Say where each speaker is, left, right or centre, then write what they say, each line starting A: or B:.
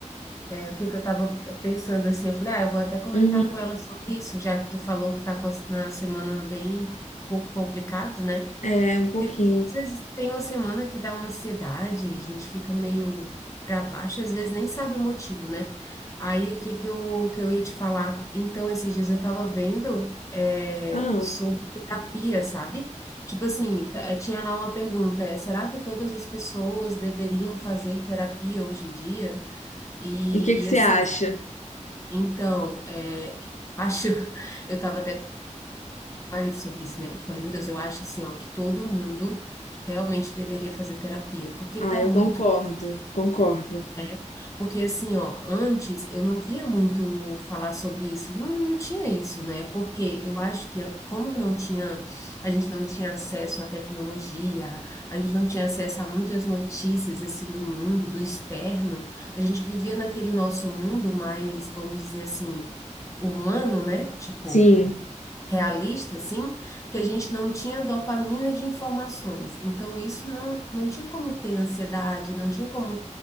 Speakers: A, on the left; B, on the left.
A: o que que eu tava pensando assim, eu falei, ah, eu vou até comentar
B: Uhum,
A: com ela sobre isso, já que tu falou que tá com a- na semana bem um pouco complicado, né?
B: é, um pouquinho.
A: Porque a gente, às vezes tem uma semana que dá uma ansiedade, a gente fica meio para baixo, e às vezes nem sabe o motivo, né? Aí o que que eu, que eu ia te falar? Então, esses dias eu estava vendo é,
B: Ah,
A: sobre terapia, sabe? Tipo assim, t- eh, tinha lá uma pergunta, é, será que todas as pessoas deveriam fazer terapia hoje em dia? E,
B: e o que que você
A: e assim,
B: acha?
A: então, é, acho, <laughs> eu estava até marido sobre isso, né? Eu falei, meu Deus, eu acho assim, ó, que todo mundo realmente deveria fazer terapia, porque
B: Ah,
A: tá
B: eu
A: muito,
B: concordo, concordo.
A: né? Porque assim, ó, antes eu não via muito falar sobre isso, não, não tinha isso, né? Porque eu acho que como não tinha, a gente não tinha acesso à tecnologia, a gente não tinha acesso a muitas notícias assim do mundo, do externo, a gente vivia naquele nosso mundo mais, vamos dizer assim, humano, né? Tipo,
B: Sim,
A: realista, assim, que a gente não tinha dopamina de informações. Então, isso não, não tinha como ter ansiedade, não tinha como,